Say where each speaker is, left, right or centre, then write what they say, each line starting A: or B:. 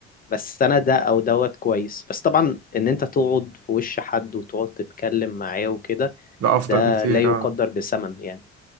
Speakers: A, on the left (about 25°); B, on the right (about 45°).
A: بس انا ده او دوت كويس بس طبعا ان انت تقعد في وش حد وتقعد تتكلم معاه وكده
B: ده افضل
A: ده
B: بكتير
A: لا يقدر
B: اه
A: بثمن يعني